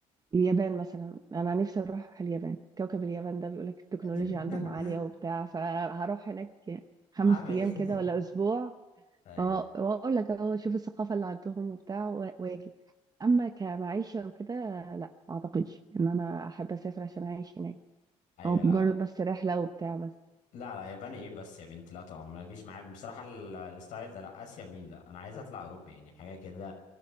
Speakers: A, on the right (about 30°); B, on the left (about 75°).
A: اليابان مثلا أنا نفسي أروح اليابان كوكب اليابان ده بيقولك التكنولوجيا
B: <laughs>
A: عندهم عالية وبتاع فهروح هناك خمس
B: هعمل
A: أيام
B: ايه
A: كده ولا أسبوع
B: ايوه
A: اه وأقول لك أهو شوف الثقافة اللي عندهم وبتاع و- وأجي أما كمعيشة وكده لا ما أعتقدش إن أنا أحب أسافر عشان أعيش هناك
B: ايوه
A: هو
B: لا
A: مجرد
B: لا
A: بس رحلة وبتاع بس
B: لا لا ياباني ايه بس يا بنت لا طبعا ما تجيش معايا بصراحه ال- الستايل ده لا اسيا مين لا انا عايز اطلع اوروبا يعني حاجه كده